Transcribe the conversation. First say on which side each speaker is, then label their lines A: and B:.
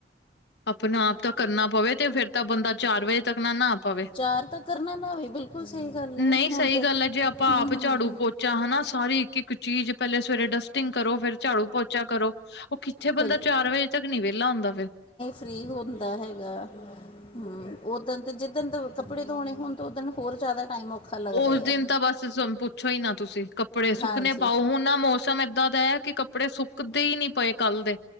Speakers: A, on the left; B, on the left.
A: ਆਪਣੇ ਆਪ ਤਾਂ ਕਰਨਾ ਪਵੇ, ਤੇ ਫੇਰ ਤਾਂ ਬੰਦਾ ਚਾਰ ਵਜੇ ਤੱਕ ਨਾ ਨਾ ਪਾਵੇ,
B: ਚਾਰ ਤਾਂ ਕਰਨਾ ਨਾ ਹੋਵੇ ਬਿਲਕੁਲ ਸਹੀ ਗੱਲ ਹੈ
A: ਨਹੀਂ
B: ਹੁਣ
A: ਸਹੀ
B: ਤੇ
A: ਗੱਲ ਐ ਜੇ ਆਪਾਂ
B: ਹਮ
A: ਆਪ
B: ਹਮ
A: ਝਾੜੂ ਪੋ 'ਚਾ ਹਨਾ, ਸਾਰੀ ਇੱਕ ਇੱਕ ਚੀਜ਼, ਪਹਿਲੇ ਸਵੇਰੇ ਡਸ ਟਿੰਗ ਕਰੋ, ਫਿਰ ਝਾੜੂ ਪੋਚਾ ਕਰੋ, ਉਹ ਕਿੱਥੇ
B: ਬਿਲਕੁਲ
A: ਬੰਦਾ ਚਾਰ ਵਜੇ ਤੱਕ ਨੀ ਵਿਹਲਾ ਹੁੰਦਾ ਫਰ।
B: ਫਰੀ ਹੁੰਦਾ ਹੈਗਾ। ਹੂਘ, ਉੱਦਣ ਤਾਂ ਜਿੱਦਣ ਤਾਂ ਕੱਪੜੇ ਧੋਣੇ ਹੋਣ, ਤਾਂ ਉੱਦਣ ਹੋਰ ਜ਼ਿਆਦਾ ਟਾਈਮ ਔਖਾ ਲੱਗਦਾ
A: ਉਸ ਦਿਨ
B: ਆ
A: ਤਾਂ ਬਸ ਪੁੱਛੋ ਹੀ ਨਾ ਤੁਸੀਂ, ਕੱਪੜੇ ਸੁੱਕਨੇ
B: ਹਾਂਜੀ
A: ਪਾਓ, ਹੁਣ ਆ ਮੌਸ ਮੌਸਮ ਏਦਾਂ ਦਾ ਐ, ਕਿ ਕੱਪੜੇ ਸੁੱਕਦੇ ਹੀ ਨੀ ਪਏ ਕੱਲ ਦੇ।